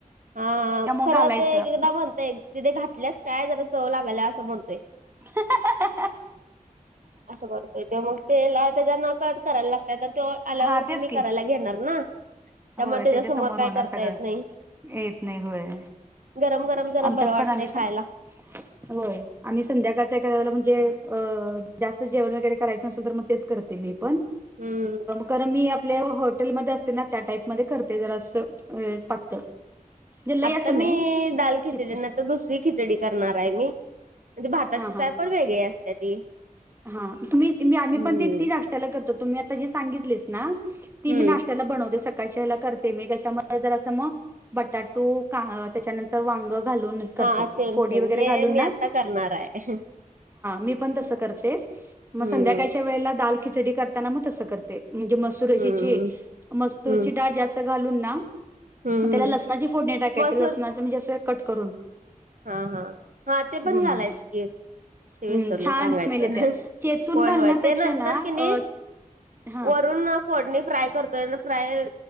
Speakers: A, on the right; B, on the right.
A: हा
B: त्यामुळे
A: खरं
B: घालायचं
A: ते एक एकदा म्हणतय तिथे घातल्यास काय जरा चव लागल्या असं म्हणतोय.
B: <inaudible>
A: असं करतोय ते मग तेला त्याच्या नकळत करायला लागतात तर ते आल्यावरती
B: हा तेच
A: मी
B: की
A: करायला घेणार ना. त्यामुळे
B: होय
A: त्याच्यासमोर
B: त्याच्या समोर
A: काय
B: होणार
A: करता
B: सगळं
A: येत नाही
B: येत नाही होय.
A: गरम गरम जरा
B: आमच्यात
A: बरं वाटतंय
B: पण आम्ही
A: खायला
B: पण होय आम्ही संध्याकाळच एखाद्या वळेला म्हणजे अ जास्त जेवण वगैरे करायचं नसल तर मग तेच करते मी पण
A: हम्म.
B: कार मी आपल्या हॉटेलमध्ये असते ना त्या टाईपमध्येध्ये करते जरा असं पातळ म्हणजे लय
A: आता
B: असं नाही
A: मी दाल खिचली
B: किचड
A: तर दुसरी खिचडी करणार आहे मी म्हणजे भाताची
B: हा
A: चाय
B: हा
A: पण वेगळी असते ती.
B: हा तुम्ही मी आम्ही
A: हम्म
B: पण ते ती नाष्टा ला करतो तुम्ही आता जे सांगितलेस ना ती
A: हम्म
B: नाशत्याला बनव दे सग काश करते मी त्याच्यामध्ये जरा अस मग बटाटू त्याच्यानंतर वांग घालून ना
A: हा सेम
B: फोडी
A: सेम
B: वगैरे
A: हे
B: घालून
A: मी आता करणार आहे
B: मी पण तसं करते. मग
A: हम्म
B: संध्याकाळच्या वेळेला दाल खिचडी करताना तसं करते मग तुरशीची
A: हम्म
B: मस्ूरची
A: हम्म
B: डाळ जास्त घालून ना
A: हम्म
B: मग त्याला लसणाची फोडणी टाकायचे
A: मसूर
B: लसणाचे म्हणजे असं कट करून
A: हा हा हा ते
B: हम्म
A: पण घालायच की ते
B: हम्म
A: विसरलं
B: छान
A: सांगायच
B: स्मेल येत्या चेचून
A: होय
B: घालण्यापेक्षा
A: होय त्या नंतर
B: ना
A: कि नाही
B: अ हा
A: वर फोड फ्राय करतोय फ्राय